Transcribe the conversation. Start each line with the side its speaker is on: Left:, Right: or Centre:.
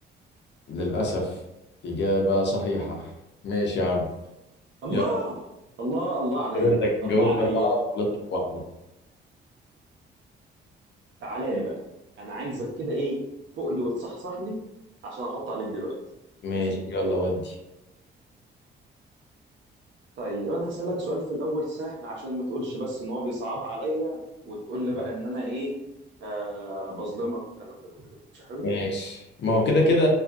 Left: للاسف اجابة صحيحة ماشي يا عم
Right: الله
Left: يلا
Right: الله الله عليا
Left: كده انت
Right: الله
Left: جاوبت
Right: عليا
Left: اربعة وغلطت في واحدة
Right: تعالى لي بقى انا عايزك كده ايه تفوق لي وتصحصح لي عشان احط عليك دلوقتي
Left: ماشي
Right: ماشي
Left: يلا ودي
Right: طيب انا هسالك سؤال في الاول سهل عشان ما تقولش بس ان هو بيصعبها عليا وتقول لي بقى ان انا ايه آه بظلمك والكلام ده كله ماشي يا حبيبي
Left: ماشي ما هو كده كده